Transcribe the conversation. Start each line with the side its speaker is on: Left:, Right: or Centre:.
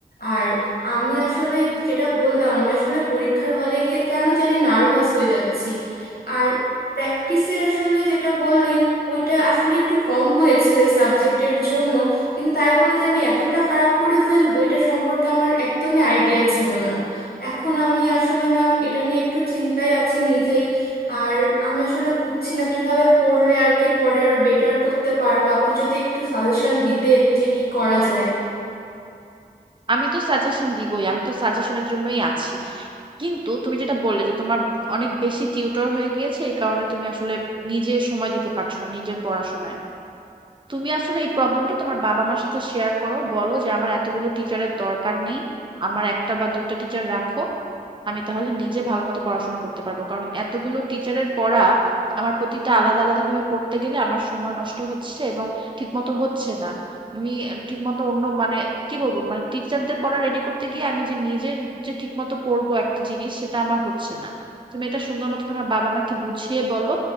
Left: আর আমি আসলে যেটা বললাম আমি আসলে পরীক্ষার হলে গিয়ে কেন জানি নার্ভাস হয়ে যাচ্ছি আর প্র্যাকটিসে আসলে যেটা বললেন ওইটা আসলে একটু কম হয়েছিল এই সাবজেক্টের জন্য কিন্তু তাই বলে যে আমি এতটা খারাপ করে ফেলবো এটা সম্পর্কে আমার একদমই আইডিয়া ছিল না এখন আমি আসলে ম্যাম এটা নিয়ে একটু চিন্তায় আছি নিজেই আর আমি আসলে বুঝছি না কিভাবে পড়লে আর কি পরে আরো বেটার করতে পারবো আপনি যদি একটু সাজেশন দিতেন যে কি করা যায়
Right: আমি তো সাজেশন দিবই আমি তো সাজেশনের জন্যই আছি কিন্তু তুমি যেটা বললে যে তোমার অনেক বেশি টিউটর হয়ে গিয়েছে এই কারণে তুমি আসলে নিজে সময় দিতে পারছো না নিজের পড়াশোনায় তুমি আসলে এই প্রবলেমটা তোমার বাবা মার সাথে শেয়ার করো বলো যে আমার এতগুলো টিচারের দরকার নেই আমার একটা বা দুইটা টিচার রাখো আমি তাহলে নিজে ভালো মতো পড়াশোনা করতে পারবো কারণ এতগুলো টিচারের পড়া আমার প্রতিটা আলাদা আলাদা ভাবে পড়তে গেলে আমার সময় নষ্ট হচ্ছে এবং ঠিক মতো হচ্ছে না আমি ঠিক মতো অন্য মানে কি বলবো মানে টিচারদের পড়া রেডি করতে গিয়ে আমি যে নিজে যে ঠিক মতো পড়বো একটা জিনিস সেটা আমার হচ্ছে না তুমি এটা সুন্দর মতো তোমার বাবা মাকে বুঝিয়ে বলো